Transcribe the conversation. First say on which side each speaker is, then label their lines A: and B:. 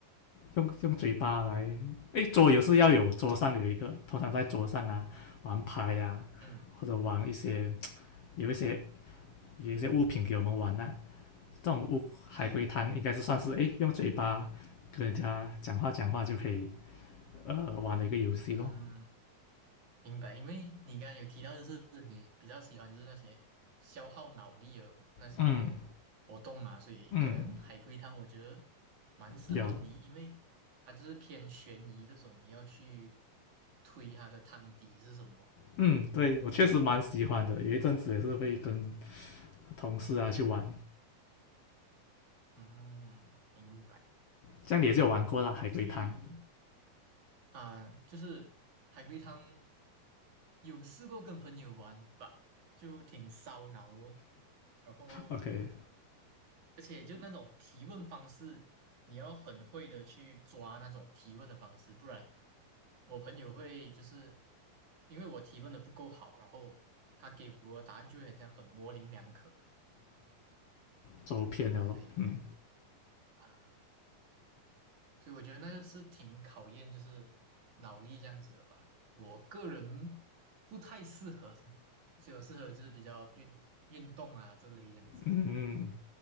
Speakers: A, on the left; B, on the right.
A: 用用嘴巴来，诶，桌游是要有桌上有一个，通常在桌上啊玩牌呀、啊
B: 嗯，
A: 或者玩一些有一些有一些物品给我们玩呐、啊这种物海龟汤应该是算是诶，
B: 对，
A: 用嘴巴跟人家讲话讲话就可以呃玩的一个游戏咯。
B: 嗯，明白。因为你刚刚有提到，就是你比较喜欢就是那些消耗脑力的那些活动嘛，
A: 嗯
B: 所以可能海龟汤我觉得
A: 嗯，
B: 蛮适合你，
A: 有
B: 因为它就是偏悬疑这种，你要去推它的汤底是什么。
A: 嗯，对我确实蛮喜欢的，有一阵子也是会跟同事啊去玩，
B: 嗯，明白。
A: 这样你也是有玩过啦，海龟汤。
B: 至于啊，就是海龟汤，有试过跟朋友玩吧，就挺烧脑哦。然后，
A: OK，
B: 而且就那种提问方式，你要很会的去抓那种提问的方式，不然我朋友会就是因为我提问的不够好，然后他给我的答案就会很像很模棱两可。
A: 走偏了咯。
B: 对
A: 嗯
B: 啊，所以我觉得那个是挺考验就是脑力这样子的吧。我个人不太适合，所以我适合就是比较运运动啊这类这样子。
A: 嗯嗯，